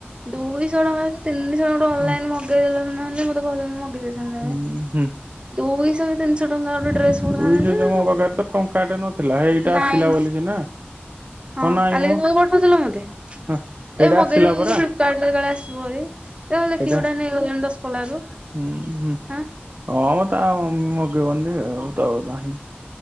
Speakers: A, on the right; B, on the right.
A: ଦୁଇଶହ ଟଙ୍କା କି ତିନିଶହ ଟଙ୍କ ଗୋଟେ ଅନଲାଇନ
B: ହଁ
A: ମଗେଇଦେଲନି ନହେଲେ ମତେ କହିଲି ମଗେଇଦେଇଥାନ୍ତି।
B: ହୁଁ- ହୁଁ।
A: ଦୁଇଶହେ କି ତିନିଶହ ଟଙ୍କା ଗୋଟେ ଡ୍ରେସ କୋଉଠି
B: ଦୁଇଶହ
A: ଅନତେ।
B: ଯେ ମୋ ପାଖରେ ତ ଟଙ୍କାଟେ ନଥିଲା ହେଇଟା
A: ନାଇଁ
B: ଆସିଲା ବୋଲି ସିନା।
A: ହଁ
B: ନାଇଁ
A: କାଲି
B: ମ
A: କିନ୍ତୁ ବୋଉ ପଠଉଥିଲ ମତେ ଏଇ
B: ହଁ ସେଇଟା
A: ମଗେଇଦେଲୁ
B: ଆସିଲା ପରା
A: ଲି ଫ୍ଲିପ କାଟରେ କାଳେ ଆସିବ ଭାରି ନହେଲେ ଦେଖିକି
B: ସେଇଟା
A: ଗୋଟେ ଆ ନେଇଗଲଣି ଦଶପଲା ରୁ
B: ହୁଁ ହୁଁ
A: ହାଁ।
B: ହଁ ମ ତା ମ ମଗେଇବନି ଯେ ତ ନାହିଁକି।